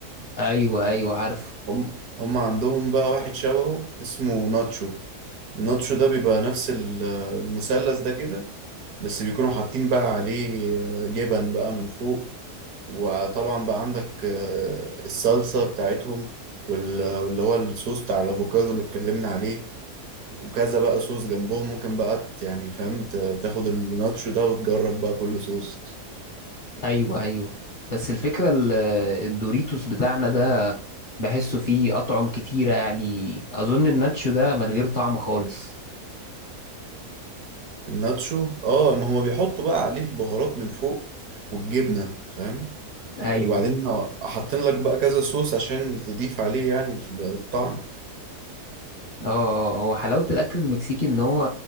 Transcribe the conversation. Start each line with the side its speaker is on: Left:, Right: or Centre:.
Left: ايوه ايوه عارفه
Right: هم هم عندهم بقى واحد شبهه اسمه ناتشو النوتش ده بيبقى نفس ال- المثلث ده كده بس بيكونوا حاطين بقى عليه آه، جبن بقى من فوق وطبعا بقى عندك آه، الصلصة بتاعتهم وال- واللي هو الصوص بتاع الأفوكادو اللي اتكلمنا عليه وكذا بقى صوص جنبهم ممكن بقى ت- يعني فاهم ت- تاخد الناتشو ده وتجرب بقى كل صوص
Left: ايوه ايوه بس الفكره ال- الدوريتوس بتاعنا ده بحسه فيه اطعم كتيره يعني اظن الناتشو ده من غير طعم خالص
Right: الناتشو اه ما هما بيحطوا بقى عليه البهارات من فوق والجبنة فاهم
Left: ايوه
Right: وبعدين حاطين لك بقى كذا صوص عشان تضيف عليه يعني الطعم
Left: اه آه، هو حلاوة الأكل المكسيكي إن هو